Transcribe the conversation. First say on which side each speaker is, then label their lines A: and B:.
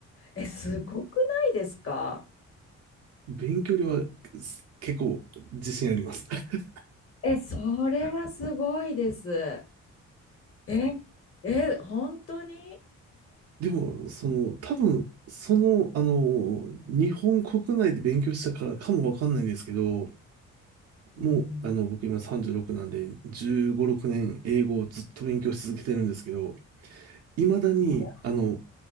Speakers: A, on the left; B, on the right.
A: え、すごくないですか
B: 勉強量はす結構自信あります。<laughs>
A: え、それはすごいです。え、え、本当に
B: でも、その、多分、その、あの、日本国内で勉強したからかもわかんないんですけど、もう、
A: うん
B: あの、僕今36なんで、15、6年英語をずっと勉強し続けてるんですけど、未だに、
A: あ
B: あの、